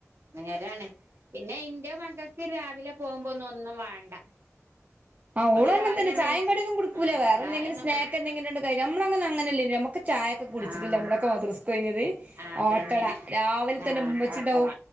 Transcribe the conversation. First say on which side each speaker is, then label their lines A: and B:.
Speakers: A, on the right; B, on the right.
A: നേരാണ്. പിന്നെ ഇൻ്റെ മക്കക്ക് രാവിലെ പോകുമ്പോ ഒന്നും വാണ്ട.
B: ആ ഓള് അങ്ങന
A: രാവിലെ
B: തന്നെ ചായ
A: നീച്ച്
B: കടി ഒന്നും കുടിക്കൂല
A: ആഹ്
B: വേറെന്തെങ്കിലും
A: ചായൊന്നും
B: സ്നാക്ക്
A: കുടിക്കൂല
B: എന്തെങ്കിലും ഉണ്ട് കഴി നമ്മളങ്ങനെ അങ്ങനയല്ലേ നമ്മക്ക് ചായ ഒക്കെ കുടിച്ചിട്ട്
A: ആഹ്
B: നമ്മളൊക്കെ മദ്രസ്സ്ക്ക് പോയിന്നത്.
A: അതന്നെ
B: ഓട്ടട രാവിലെ
A: ആഹ്
B: തന്നെമ്മച്ചിണ്ടാവും
A: ഓട്ടട